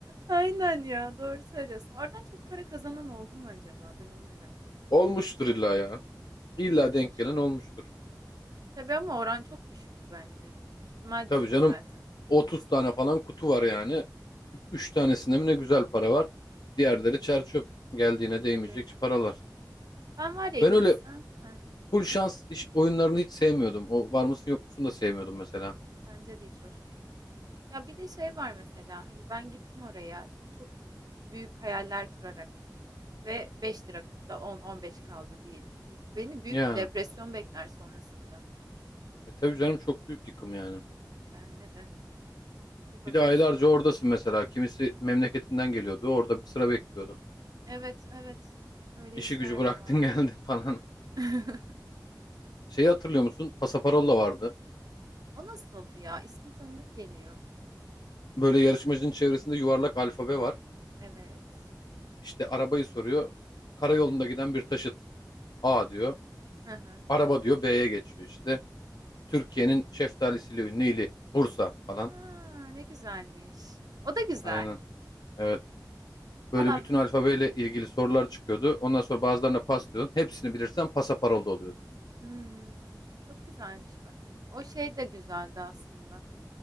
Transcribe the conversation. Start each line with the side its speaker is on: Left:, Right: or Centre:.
Right: Aynen ya doğru söylüyorsun. Oradan çok para kazanan oldu mu acaba? Ben onu merak ediyorum.
Left: Olmuştur illa ya. İlla
Right: Olabilir.
Left: denk gelen olmuştur.
Right: Tabii ama oran çok düşüktü bence. İhtimal
Left: Tabii
Right: düşük
Left: canım
Right: zaten.
Left: 30 tane falan kutu var yani. üç tanesinde mi ne güzel para var. Diğerleri çer çöp. Geldiğine değmeyecek
Right: Tabii.
Left: paralar.
Right: Ben var ya gitsem.
Left: Ben öyle
Right: Heh.
Left: full şans iş, oyunlarını hiç sevmiyordum. O var mısın yok musun da sevmiyordum mesela.
Right: Bence de hiç hoş değil. Ya bir de şey var mesela hani ben gittim oraya çok büyük hayaller kurarak gittim ve beş lira da on on beş kaldı diyelim ki. Beni büyük
Left: Yani.
Right: bir depresyon bekler sonrasında.
Left: E tabii canım çok büyük yıkım yani.
Right: Bence de bir bakılsın.
Left: Bir de aylarca oradasın mesela. Kimisi memleketinden geliyordu. Orada bir sıra bekliyordu.
Right: Evet evet öyle
Left: İşi
Right: işler
Left: gücü bıraktın
Right: de vardı.
Left: <laughs> geldin falan.
Right: <laughs>
Left: Şeyi hatırlıyor musun? Pasaparolla vardı.
Right: O nasıldı ya? İsmi tanıdık geliyor.
Left: Böyle yarışmacının çevresinde yuvarlak alfabe var.
Right: Evet.
Left: İşte arabayı soruyor. Karayolunda giden bir taşıt. A diyor.
Right: Hı hı.
Left: Araba diyor B'ye geçiyor işte. Türkiye'nin şeftalisiyle ünlü ili. Bursa falan.
Right: Aa, ne güzelmiş. O da güzel.
Left: Aynen. Evet.
Right: Valla
Left: Böyle bütün alfabeyle ilgili sorular çıkıyordu. Ondan sonra bazılarına pas diyordun. Hepsini bilirsen pasaparolda oluyordu.
Right: Hmm, çok güzelmiş bak. O şey de güzeldi aslında.